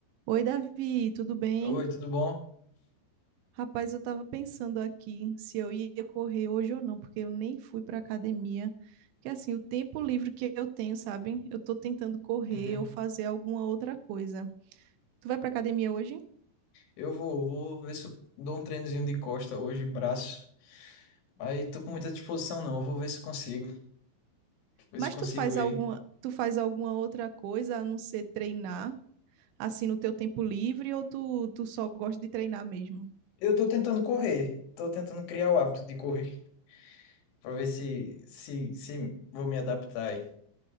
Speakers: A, on the right; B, on the left.
A: Oi, Davi, tudo bem?
B: Oi, tudo bom?
A: Rapaz, eu tava pensando aqui se eu ia correr hoje ou não, porque eu nem fui pra academia. Porque assim, o tempo livre que eu tenho, sabe? Eu tô tentando correr
B: Uhum.
A: ou fazer alguma outra coisa. Tu vai pra academia hoje?
B: Eu vou, vou ver se eu dou um treinozinho de costa hoje, braço. Aí tô com muita disposição não, eu vou ver se consigo, ver
A: Mas
B: se consigo
A: tu faz
B: aí.
A: alguma, tu faz alguma outra coisa a não ser treinar, assim, no teu tempo livre, ou tu, tu só gosta de treinar mesmo?
B: Eu tô tentando correr, tô tentando criar o hábito de correr, pra ver se, se, se vou me adaptar aí.